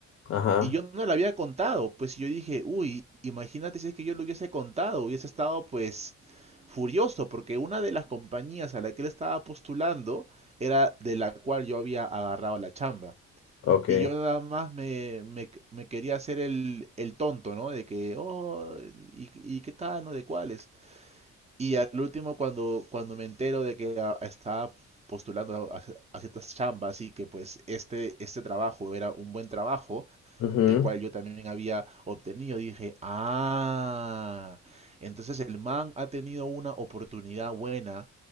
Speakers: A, on the left; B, on the right.
A: Ajá,
B: y yo no le había contado, pues y yo dije, uy, imagínate si es que yo lo hubiese contado, hubiese estado pues furioso, porque una de las compañías a la que él estaba postulando era de la cual yo había agarrado la chamba.
A: ok.
B: Y yo nada más me, me, me quería hacer el, el tonto, ¿no? De que, oh, ¿y, y qué tal, no? ¿De cuáles? Y al último, cuando, cuando me entero de que a- estaba postulando a, a ciertas chambas y que pues este, este trabajo era un buen trabajo,
A: Ujú.
B: el cual yo también había obtenido. Dije, ah, entonces el man ha tenido una oportunidad buena